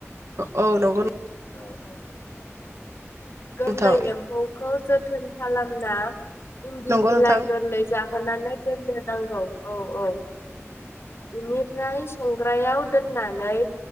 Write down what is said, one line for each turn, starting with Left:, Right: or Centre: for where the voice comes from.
Right: औ नंगौ
Left: औ-औ गोरलै
Right: नोंथां
Left: एम्फौखौ जोथोन खालामना इन्दि
Right: नंगौ
Left: बिलाइ
Right: नोंथां
Left: गोरलै जां बोननानै दोननो नांगौ औ-औ इनिफ्राय संग्रायाव दोननानै